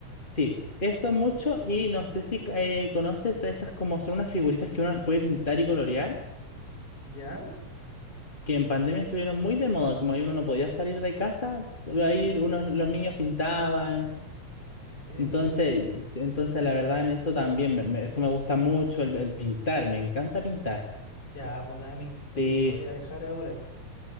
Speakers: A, on the left; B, on the left.
A: sí, eso mucho y no sé si eh, conoces esas como son unas figuritas que uno las puede pintar y colorear.
B: ¿Ya?
A: que en pandemia estuvieron muy de moda, como ahí uno no podía salir de casa, ahí unos, los niños pintaban.
B: Mm, Mira
A: Entonces,
B: qué bien.
A: entonces la verdad en eso también, me- me- eso me gusta mucho, el, el pintar, me encanta pintar.
B: Ya, pues Dami, oye,
A: Sí,
B: te voy a dejar ahora,